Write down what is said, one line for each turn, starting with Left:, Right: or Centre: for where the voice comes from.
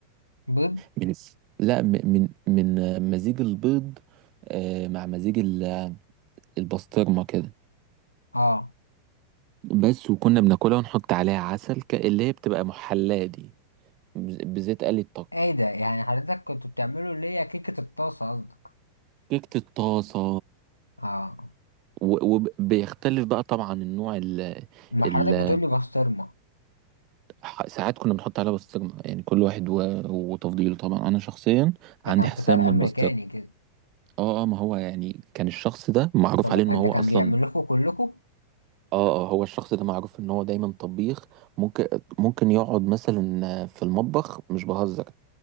Left: بيض
Right: من الس- لا م- من من آه، مزيج البيض آه، مع مزيج ال- البسطرمة كده
Left: اه
Right: بس وكنا بناكلها ونحط عليها عسل ك... اللي هي بتبقى محلاة دي بز- بزيت قلي الطكي
Left: ايه ده يعني حضرتك كنتوا بتعملوا اللي هي كيكة الطاسة قصدك
Right: كيكة الطاسة
Left: اه
Right: وبيختلف بقى طبعا النوع ال
Left: ما حضرتك
Right: ال
Left: بتقولي بسطرمة
Right: ح- ساعات كنا بنحط عليها بسطرمة يعني كل واحد و... وتفضيله طبعا انا شخصيا
Left: ده
Right: عندي
Left: كان
Right: حساسية
Left: فطار
Right: من
Left: امريكاني
Right: البسطرمة
Left: كده
Right: اه اه ما هو يعني كان الشخص ده معروف
Left: طب
Right: عليه
Left: وكان
Right: ان هو
Left: ده كان
Right: اصلا
Left: بيعمل لكم كلكم
Right: اه اه هو الشخص ده معروف ان هو دايما طبيخ ممكن ممكن يقعد مثلا في المطبخ مش بهزر